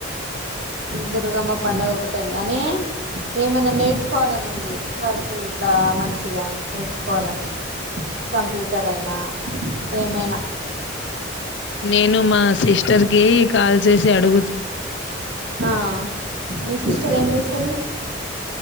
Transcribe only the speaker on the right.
దుర్గమ్మ పండుగ ఒకటుంది అని ఏమైనా నేర్చుకోవాలన్ నుంది వర్క్ ఇట్లా మంచిగా నేర్చుకోవాలని ఉంది కంప్యూటర్ అయినా ఏమైనా
ఆ మీ సిస్టర్ ఏం చేస్తది